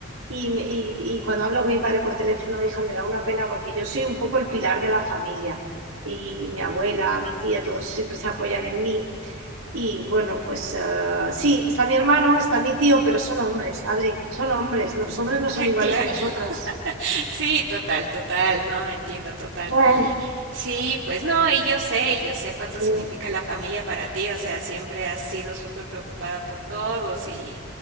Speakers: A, on the right; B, on the right.
A: Y, me- y- y cuando hablo con mi padre por teléfono, hija, me da una pena porque yo soy un poco el pilar de la familia y mi abuela, mi tía, todos siempre se apoyan en mí. Y bueno, pues ah, sí, está mi hermano, está mi tío, pero son hombres, Adri, son hombres. Los hombres no
B: <laughs>
A: son iguales
B: Claro,
A: a nosotras.
B: sí, total, total, no, entiendo total.
A: Bueno,
B: Sí, pues no, y yo sé, y yo sé cuánto
A: sí.
B: significa la familia para ti, o sea, siempre has sido súper preocupada por todos y